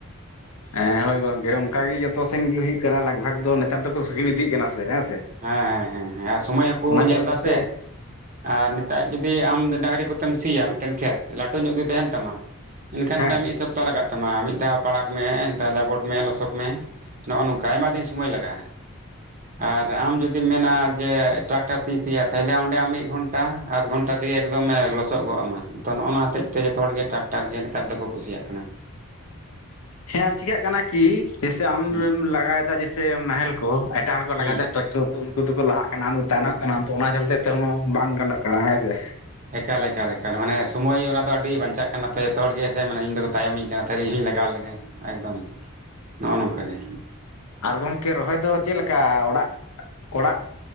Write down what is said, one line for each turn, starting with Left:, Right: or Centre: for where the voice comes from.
Left: ᱦᱮᱸ ᱦᱳᱭ ᱜᱚᱝᱠᱮ ᱚᱱᱠ ᱜᱮ ᱡᱚᱛᱚ ᱥᱮᱱ ᱜᱮ ᱦᱩᱭᱩᱜ ᱠᱟᱱᱟ ᱞᱟᱜᱽ ᱵᱷᱟᱜᱽ ᱫᱚ ᱱᱮᱛᱟᱨ ᱫᱚᱠᱚ ᱥᱜᱤᱱ ᱤᱫᱤᱜ ᱠᱟᱱᱟ᱾ ᱥᱮ ᱦᱮᱸ ᱥᱮ
Right: ᱦᱮᱸ ᱦᱮᱸ ᱦᱮᱸ ᱥᱚᱢᱚᱭ ᱦᱚᱸᱠᱚ
Left: ᱚᱱᱟ
Right: ᱧᱮᱞ
Left: ᱪᱟᱞᱛᱤ
Right: ᱫᱟ ᱥᱮ
Left: ᱛᱮ
Right: ᱟᱨ ᱱᱮᱛᱟᱨ ᱡᱩᱫᱤ ᱟᱢ ᱰᱟᱝᱨᱤ ᱠᱚᱛᱮ ᱠᱚᱢ ᱥᱤᱭᱟ ᱢᱤᱫᱴᱮᱱ ᱠᱷᱮᱛ ᱞᱟᱹᱴᱩ ᱧᱚᱜ ᱡᱩᱤ ᱛᱟᱦᱮᱱ ᱛᱟᱢᱟ ᱢᱮᱱᱱᱠᱷᱟᱱ
Left: ᱦᱮᱸ
Right: ᱚᱸᱰᱮ ᱢᱤᱫᱚᱯᱟᱦ ᱞᱟᱜ ᱛᱟᱢᱟ ᱱᱛᱮ ᱦᱚᱸ ᱯᱟᱲᱠ ᱢᱮ ᱮᱱᱛᱮ ᱞᱮᱵᱚᱴ ᱢᱮ ᱞᱚᱥᱚᱫ ᱢᱮ ᱱᱚᱜᱼᱚ ᱱᱚᱝᱠᱟ ᱟᱭᱢᱟ ᱫᱤᱱ ᱥᱚᱢᱚᱭ ᱞᱟᱜᱟᱜᱼᱟ ᱟᱨ ᱟᱨ ᱟᱢ ᱡᱩᱫᱤᱢ ᱢᱮᱱᱟ ᱡᱮ ᱴᱨᱟᱠᱴᱟᱨ ᱛᱤᱧ ᱥᱤᱭᱟ ᱛᱟᱦᱚᱞᱮ ᱚᱸᱰᱮ ᱟᱢ ᱢᱤᱫ ᱜᱷᱚᱱᱴᱟ ᱟᱫᱷ ᱜᱷᱚᱱᱴᱟ ᱛᱮᱜᱮ ᱮᱠᱫᱚᱢᱮ ᱞᱚᱥᱚᱜ ᱜᱚᱜ ᱟ ᱢᱟ ᱛ ᱱᱚᱜᱼᱚ ᱱᱚᱣᱟ ᱦᱚᱛᱮᱡ ᱛᱮ ᱡᱚᱛᱚ ᱦᱚᱲ ᱜᱮᱮ ᱴᱨᱟᱠᱴᱟᱨ ᱜᱮ ᱱᱮᱛᱟᱨ ᱫᱚᱠᱚ ᱠᱩᱥᱤᱭᱟᱜ ᱠᱟᱱᱟ᱾
Left: ᱦᱮᱸ ᱟᱨ ᱪᱤᱠᱟᱹᱜ ᱠᱟᱱᱟ ᱠᱤ ᱡᱮᱭᱥᱮ ᱟᱢ
Right: ᱦᱩᱸ
Left: ᱞᱟᱜᱟᱭᱮᱫᱟ ᱡᱮᱭᱥᱮ ᱱᱟᱦᱮᱞ ᱠᱚ ᱮᱴᱟᱜ ᱦᱚᱲ ᱠᱚ ᱞᱟᱜᱟᱭᱮᱫᱟ
Right: ᱦᱩᱸ
Left: ᱴᱨᱟᱠᱴᱚᱨ ᱩᱱᱠᱩ ᱫᱚᱠᱚ ᱞᱟᱦᱟᱜ ᱠᱟᱱᱟᱫᱚ ᱛᱟᱭᱱᱚᱜ ᱠᱟᱱᱟ ᱚᱱᱟ ᱪᱚᱞᱛᱮ ᱛᱮᱦᱚᱸ ᱵᱟᱝ ᱜᱟᱱᱚᱜ ᱠᱟᱱᱟ ᱦᱮᱸ ᱥᱮ
Right: ᱮᱠᱟᱞᱠᱟᱞᱠᱟᱞ ᱢᱟᱱᱮ ᱥᱚᱢᱚᱭ ᱚᱱᱟ ᱫᱚ ᱟᱹᱰᱤ ᱵᱟᱧᱪᱟᱜ ᱠᱟᱱᱟ ᱛᱚ ᱡᱚᱛᱚ ᱦᱚᱲ ᱜᱮᱮ ᱥᱮ ᱢᱟᱱᱮ ᱤᱧᱫᱚᱠᱚ ᱛᱟᱭᱚᱢᱤᱧ ᱠᱟᱱᱟ ᱛᱟᱦᱚᱞᱮ ᱤᱧ ᱞᱮᱟᱜᱟᱣ ᱞᱮᱜᱮ ᱮᱠᱫᱚᱢ ᱱᱚᱜᱼᱚ ᱱᱚᱝᱠᱟᱜᱮ
Left: ᱟᱨ ᱜᱚᱢᱠᱮ ᱨᱚᱦᱚᱭ ᱫᱚ ᱪᱮᱫ ᱞᱮᱠᱟ ᱚᱲᱟᱜ ᱚᱲᱟᱜ